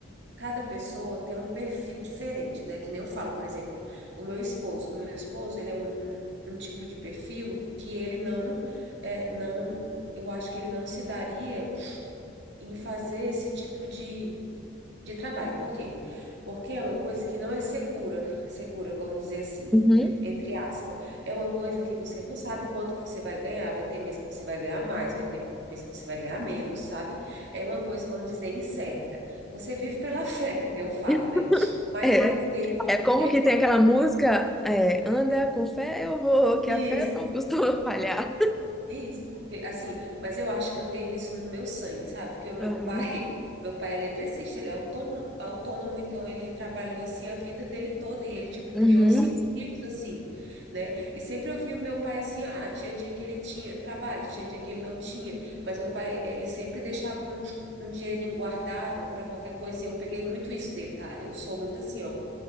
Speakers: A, on the right; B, in the centre.
A: cada pessoa tem um perfil diferente, né? Que nem eu falo, por exemplo, o meu esposo, o meu esposo, ele é um, um, um tipo de perfil que ele não, é, não, eu acho que ele não se daria em fazer esse tipo de de trabalho. Por quê? Porque é uma coisa que não é segura, segura, vamos dizer assim,
B: Uhum.
A: entre aspas. É uma coisa que você não sabe quanto que você vai ganhar, vai ter mês que você vai ganhar mais, vai ter mês que você vai ganhar menos, sabe? É uma coisa, vamos dizer, incerta. Você vive pela <laughs> fé, que nem eu falo,
B: <laughs>
A: né? Mas
B: É,
A: eu tenho isso,
B: é como
A: é,
B: que tem aquela música, é, anda com fé, eu vou, que
A: mas-
B: a fé não costuma falhar.
A: É Isso, porque assim, mas eu acho que eu tenho isso no meu sangue, sabe? Porque o meu
B: Uhum.
A: pai, <laughs> meu pai é eletricista, ele é autônomo, autônomo, então ele trabalhou assim a vida dele toda e ele tipo
B: Uhum.
A: criou cinco filhos assim, né? E sempre eu via meu pai assim, ah, tinha dia que ele tinha trabalho, tinha dia que ele não tinha, mas meu pai, ele sempre deixava um, um dinheirinho guardado para qualquer coisa e eu peguei muito isso dele, tá? Eu sou muito assim, ó.